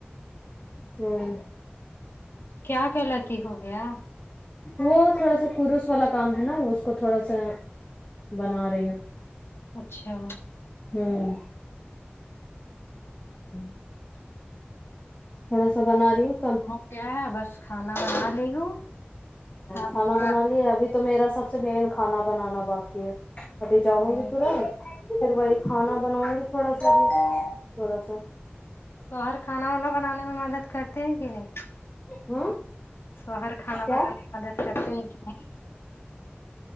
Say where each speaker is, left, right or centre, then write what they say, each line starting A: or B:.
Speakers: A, on the left; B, on the left.
A: ہوں
B: کیا غلطی ہو گیا
A: وہ تھوڑا سا کرروس والا کام ہے نا اس کو تھوڑا سا بنا رہی ہیں
B: اچھا
A: ہوں ہوں تھوڑا سا بنا رہی ہوں کم
B: میں بس کھانا بنا لی ہوں آپ
A: کھانا بنالیا ابھی تو میرا سب سے مین کھانا بنانا باقی ہے ابھی جاؤں
B: نہیں
A: گی ترنت پھر وہی کھانا بناؤں گی تھوڑا سا بھی تھوڑا سا
B: سو ہر کھانا وانا بنانے میں مدد کرتے کرتے ہے کی نی
A: ہوں
B: سوہر کھانا
A: کیا
B: بنانے میں مدد کرتے ہیں کہ نہیں